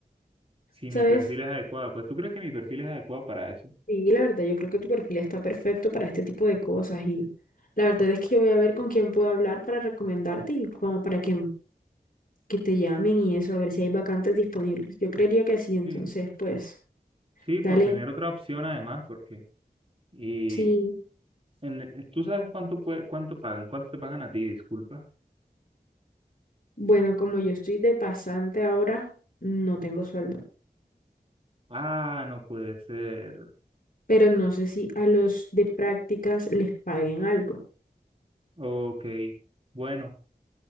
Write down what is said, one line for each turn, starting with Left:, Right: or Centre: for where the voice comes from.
Right: si
Left: ¿Sabes?
Right: mi perfil es adecuado, pues tú crees que mi perfil es adecuado para eso,
Left: Sí, la verdad, yo creo que tu perfil está perfecto para este tipo de cosas y la verdad es que yo voy a ver con quién puedo hablar para recomendarte y como para que, que te llamen y eso, a ver si hay vacantes disponibles. Yo creería que sí, entonces
Right: sí,
Left: pues
Right: sí, por
Left: dale.
Right: tener otra opción además, porque, y
Left: Sí,
Right: en, eh, tú sabes cuánto puede, cuánto pagan, cuánto te pagan a ti, disculpa,
Left: bueno, como yo estoy de pasante ahora, no tengo sueldo,
Right: ah, no puede ser,
Left: pero no sé si a los de prácticas les paguen algo.
Right: ok, bueno,